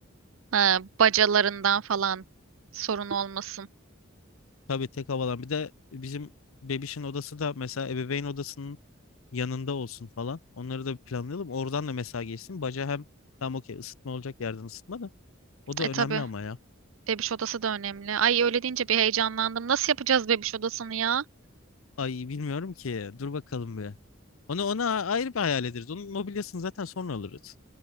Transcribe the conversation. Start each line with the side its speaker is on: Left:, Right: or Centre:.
Right: Ha, bacalarından falan sorun olmasın.
Left: Tabii tek havalan. Bir de bizim bebişin odası da mesela ebeveyn odasının yanında olsun falan. Onları da bir planlayalım. Oradan da mesela geçsin. Baca hem tam okey ısıtma olacak yerden ısıtma da. O da
Right: E
Left: önemli
Right: tabii
Left: ama ya.
Right: bebiş odası da önemli. Ay öyle deyince bir heyecanlandım. Nasıl yapacağız bebiş odasını ya?
Left: Ay bilmiyorum ki. Dur bakalım bir. Onu ona ayrı bir hayal ederiz. Onun mobilyasını zaten sonra alırız.